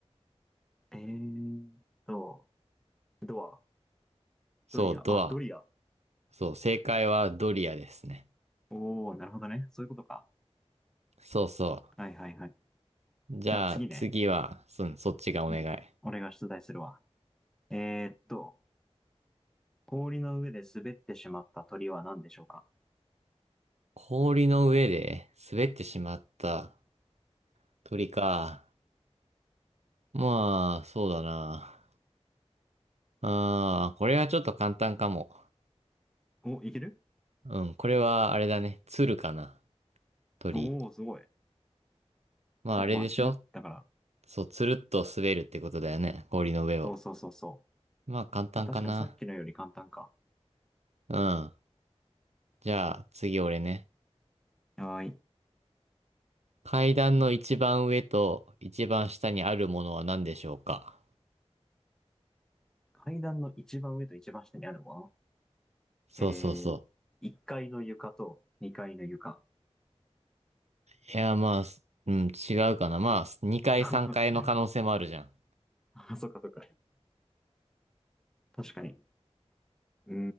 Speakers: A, in the centre; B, on the right (about 75°).
A: えーっと、ドア、
B: そう、
A: ドリア、
B: ドア。
A: あ、ドリア。
B: そう、正解はドリアですね。
A: おー、なるほどね。そういうことか。
B: そうそ
A: はいはいはい。
B: う。じゃあ次は、
A: じゃあ次ね。
B: そ、そっちがお願い。
A: うん。俺が出題するわ。えーっと、氷の上で滑ってしまった鳥は何でしょうか
B: 氷の上で滑ってしまった鳥か。まあ、そうだな。ああ、これはちょっと簡単かも。
A: お、いける
B: うん、これはあれだね。鶴かな。鳥。
A: おおー、すごい。
B: まああれでしょ
A: そう、まあ、つるだから。
B: そう、つるっと滑るってことだよね。氷の上を。
A: そうそうそうそう。
B: まあ簡単かな。
A: まあ、確かにさっきのより簡単か。
B: うん。じゃあ次俺ね。
A: はーい。
B: 階段の一番上と一番下にあるものは何でしょうか
A: 階段の一番上と一番下にあるもの。
B: そうそうそ
A: えー、1階の床と2階の床。
B: う。いや、まあ、すうん、違うかな。まあ、2回3回の可能性もあるじゃん。
A: <laughs> あ、そっかそっか。確かに。うー